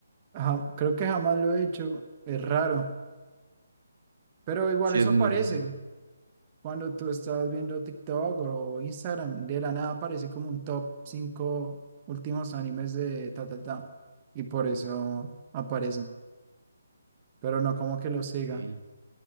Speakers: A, on the right; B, on the right.
A: Ja- creo que jamás lo he hecho. Es raro. Pero igual
B: sí
A: eso
B: es muy
A: aparece.
B: raro.
A: Cuando tú estás viendo TikTok o Instagram, de la nada aparece como un top 5 últimos animes de ta ta ta. Y por eso aparecen. Pero no como que lo siga.
B: Sí,